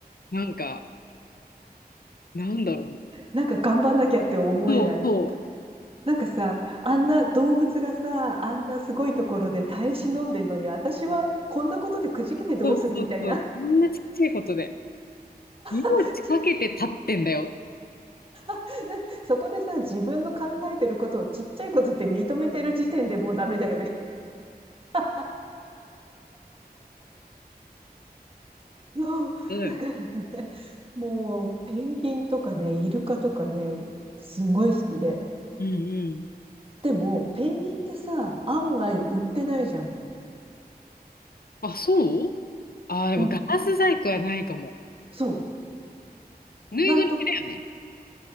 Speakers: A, on the left; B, on the right.
A: なんか、なんだろう。
B: なんか頑張んなきゃって思えない。
A: そうそう。
B: なんかさ、あんな動物がさ、あんなすごいところで耐え忍んでるのに、私はこんなことでくじけてどうするみたいな。
A: そうそうそう。こんなちっちゃいことで。命かけて立ってんだよ。
B: <laughs> ちなそこでさ、自分の考えてることをちっちゃいことって認めてる時点でもうダメだよね。<laughs> そう。
A: うん。
B: だからね、もう、ペンギンとかね、イルカとかね、すごい好きで。
A: うんうん。
B: でも、ペンギンってさ、案外売ってないじゃん。
A: あ、そうあー、でもガラス細工はないかも。
B: うん。そう。
A: ぬいぐるみだよね。
B: なんと、